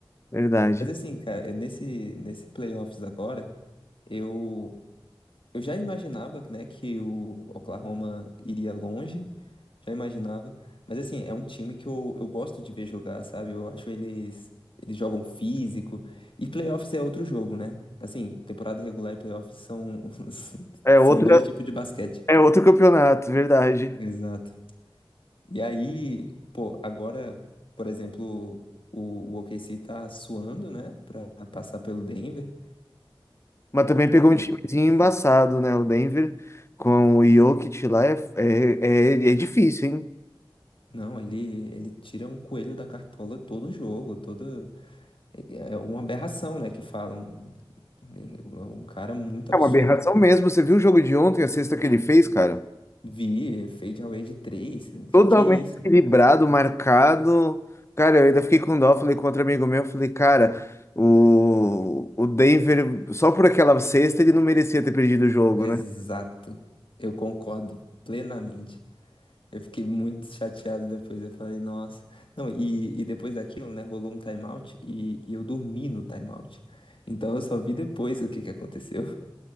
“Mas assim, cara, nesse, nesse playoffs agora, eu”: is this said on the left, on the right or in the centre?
Left